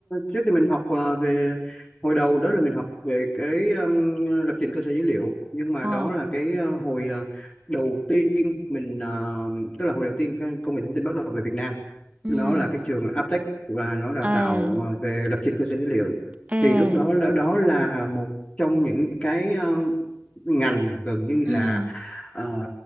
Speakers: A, on the left; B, on the right.
A: trước thì mình học ờ, về hồi đầu đó là mình học về cái ừm, lập trình cơ sở dữ liệu nhưng mà
B: Ờ.
A: đó là cái ờ, hồi ờ, đầu tiên mình ờ, tức là hồi đầu tiên cái công nghệ thông tin bắt đầu về Việt Nam
B: Ừ.
A: nó là cái trường Aptech và nó đào
B: À.
A: tạo ờ, về lập trình cơ sở dữ liệu
B: À.
A: thì lúc đó là đó là một trong những cái ngành gần như
B: Ừ.
A: là ờ,